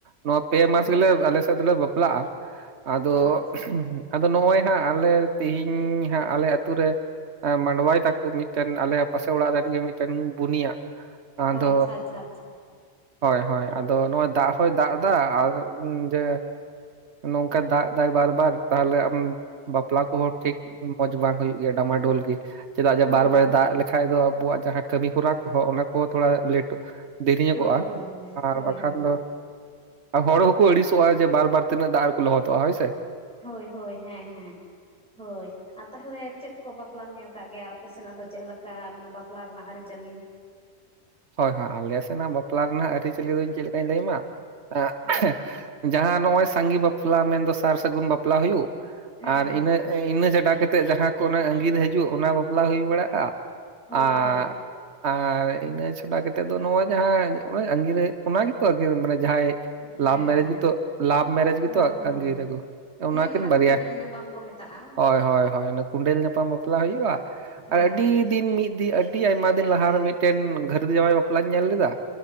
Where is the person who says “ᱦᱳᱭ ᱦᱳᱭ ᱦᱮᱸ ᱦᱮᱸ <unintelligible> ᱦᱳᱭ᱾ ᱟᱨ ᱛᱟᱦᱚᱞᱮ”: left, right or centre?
Centre